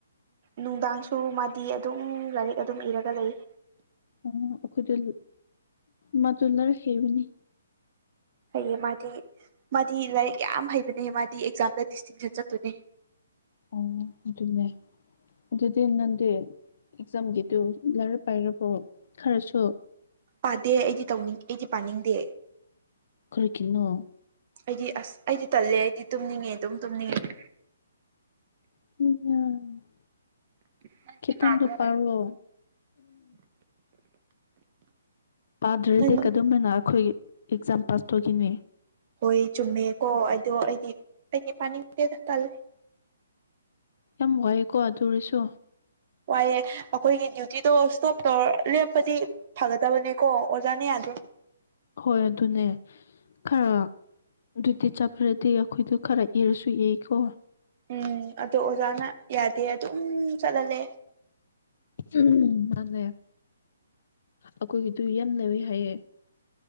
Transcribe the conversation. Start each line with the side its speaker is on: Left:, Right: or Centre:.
Right: ꯅꯨꯡꯗꯥꯡꯁꯨ ꯃꯥꯗꯤ ꯑꯗꯨꯝ ꯂꯥꯏꯔꯤꯛ ꯑꯗꯨꯝ ꯏꯔꯒ ꯂꯩꯌꯦ꯫
Left: ꯎꯝ ꯑꯈꯣꯏꯗ ꯎꯝ ꯃꯥꯗꯨ ꯂꯥꯏꯔꯛ ꯍꯩꯕꯅꯤ꯫
Right: ꯍꯩꯌꯦ ꯃꯥꯗꯤ ꯃꯥꯗꯤ ꯂꯥꯏꯔꯤꯛ ꯌꯥꯝ ꯍꯩꯕꯅꯦ ꯃꯥꯗꯤ ꯑꯦꯛꯖꯥꯝꯗ ꯗꯤꯁꯇꯤꯡꯁꯟ ꯆꯠꯇꯣꯏꯅꯦ꯫
Left: ꯑꯣ ꯑꯗꯨꯅꯦ꯫ ꯑꯗꯨꯗꯤ ꯅꯪꯗꯤ ꯑꯦꯛꯖꯥꯝꯒꯤꯗꯨ ꯂꯥꯏꯔꯤꯛ ꯄꯥꯏꯔꯕꯣ ꯈꯔꯁꯨ꯫
Right: ꯄꯥꯗꯦ ꯑꯩꯗꯤ ꯇꯧꯅꯤꯡ ꯑꯩꯗꯤ ꯄꯥꯅꯤꯡꯗꯦ꯫
Left: ꯀꯔꯤꯒꯤꯅꯣ?
Right: ꯑꯩꯗꯤ ꯑꯁ ꯑꯩꯗꯤ ꯇꯜꯂꯦ ꯑꯩꯗꯤ ꯇꯨꯝꯅꯤꯡꯉꯦ ꯑꯗꯨꯝ ꯇꯨꯝꯅꯤꯡꯉꯦ꯫
Left: <unintelligible>
Right: ꯅꯪꯗꯤ
Left: ꯈꯤꯇꯪꯗꯣ
Right: ꯄꯥꯕ꯭ꯔꯣ
Left: ꯄꯔꯣ꯫ ꯄꯥꯗ꯭ꯔꯗꯤ
Right: ꯅꯪ
Left: ꯀꯗꯝꯃꯥꯏꯅ ꯑꯩꯈꯣꯏ ꯑꯦꯛꯖꯥꯝ ꯄꯥꯁ ꯇꯧꯈꯤꯅꯤ꯫
Right: ꯍꯣꯏ ꯆꯨꯝꯃꯦꯀꯣ ꯑꯗꯣ ꯑꯩꯗꯤ ꯑꯩꯗꯤ ꯄꯥꯅꯤꯡꯗꯦꯗ ꯇꯜꯂꯦ꯫
Left: ꯌꯝ ꯋꯥꯏꯌꯦꯀꯣ ꯑꯗꯨ ꯑꯣꯏꯔꯥꯁꯨ꯫
Right: ꯋꯥꯏꯑꯦ ꯑꯩꯈꯣꯏꯒꯤ ꯗ꯭ꯌꯨꯇꯤꯗꯣ ꯏꯁꯇꯣꯞ ꯇꯧꯔ ꯂꯦꯞꯄꯗꯤ, ꯐꯥꯒꯗꯕꯅꯦꯀꯣ ꯑꯣꯖꯥꯅ ꯌꯥꯗꯦ꯫
Left: ꯍꯣꯏ ꯑꯗꯨꯅꯦ꯫ ꯈꯔ ꯑꯗꯨꯗꯤ ꯆꯠꯈꯔꯗꯤ ꯑꯈꯣꯏꯗꯨ ꯈꯔ ꯏꯔꯁꯨ ꯏꯀꯣ꯫
Right: ꯎꯝ ꯑꯗꯣ ꯑꯣꯖꯥꯅ ꯌꯥꯗꯦ ꯑꯗꯨꯝ ꯆꯠꯍꯜꯂꯦ꯫
Left: ꯎꯝ ꯃꯥꯅꯦ ꯑꯈꯣꯏꯒꯤꯗꯨ ꯌꯥꯝ ꯂꯩꯋꯦ ꯍꯥꯏꯌꯦ꯫